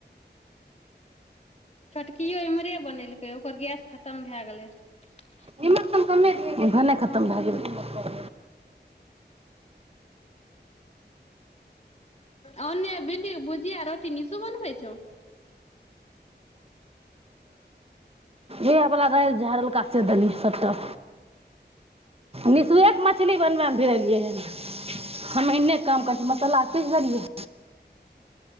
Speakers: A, on the left; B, on the right.
A: छोटकिओ एम्हरे बनेलकै ओकर गैस खतम भए गेलै रहए
B: निमक भने खतम भए गेलै
A: ओने भिंडीक भुजिया रोटी निशु बनबै छौ
B: इह बला रह झाड़ल क दी सबटा निसुएक मछली बनब धीर <inaudible> हम एने काम कर छ मसल्ला आर पीस देलीयै